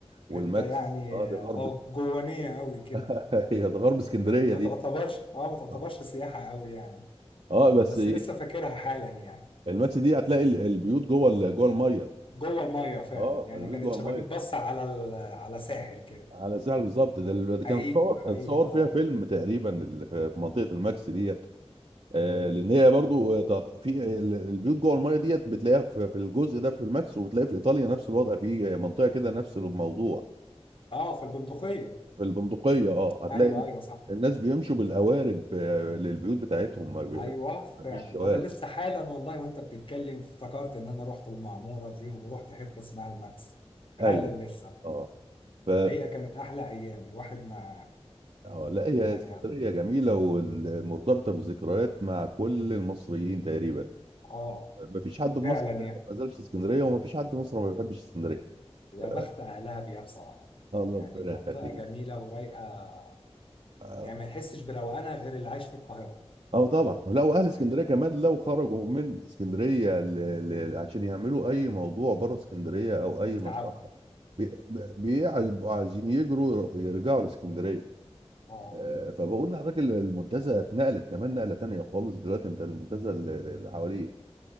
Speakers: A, on the left (about 50°); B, on the right (about 65°).
A: حتة
B: والماكس
A: يعني
B: اه دي غرب
A: اه جوانية قوي كده
B: <laughs> هي ده غرب اسكندريه
A: يعني ما
B: دي
A: تعتبرش اه ما تعتبرش
B: اه
A: سياحة قوي يعني
B: آه، بس
A: بس لسه فاكرها حالا يعني
B: الماكس دي هتلاقي ال- البيوت جوه ال- جوه الميه
A: جوه الميه فعلا
B: اه
A: يعني
B: البيوت
A: كانت
B: جوه
A: شبابيك
B: الميه
A: بص على ال... على ساحل كده
B: على الساحل بالظبط ده ال- ده
A: حقيقي
B: كان اتصور
A: حقيقي
B: اتصور
A: اه
B: فيها فيلم تقريبا ال- في في منطقه الماكس ديت آه لان هي برضو آه، تعط- في ال- البيوت جوه الميه ديت بتلاقيها في في الجزء ده في الماكس وبتلاقي في ايطاليا نفس الوضع في منطقه كده نفس الموضوع
A: اه في البندقيه
B: في البندقية اه هتلاقي
A: ايوه ايوه صح
B: الناس بيمشوا بالقوارب آه، للبيوت بتاعتهم ما بي-
A: ايوه فعلا
B: ما فيش شوارع
A: انا لسه حالا والله وانت بتتكلم افتكرت ان انا رحت المعموره دي ورحت حته اسمها الماكس حالا
B: ايوه
A: لسه
B: اه ف
A: حقيقه كانت احلى ايام الواحد ما
B: آه لا هي
A: يعني
B: اسكندرية جميلة ومرتبطة بالذكريات مع كل المصريين تقريبا
A: اه
B: ما فيش حد في
A: فعلا
B: مصر تقريباً
A: يا
B: ما زالش اسكندرية وما فيش حد في مصر ما بيحبش اسكندرية
A: يا
B: آه،
A: بخت اهلها بيها بصراحه
B: الله
A: يعني
B: ربنا
A: منطقه
B: يخليك
A: جميله ورايقه
B: آه.
A: يعني ما يحسش بروقانها غير اللي عايش في القاهره
B: اه طبعا لو اهل اسكندريه
A: يعني
B: كمان لو خرجوا من اسكندريه ل... ل... عشان يعملوا اي موضوع بره اسكندريه او اي
A: يتعب
B: مصلحه بي- بي- بيبقوا عايزين يجروا يرجعوا لاسكندريه
A: اه
B: آه، فبقول لحضرتك ال- المنتزه اتنقلت كمان نقله تانيه خالص دلوقتي انت المنتزه ال- اللي حواليه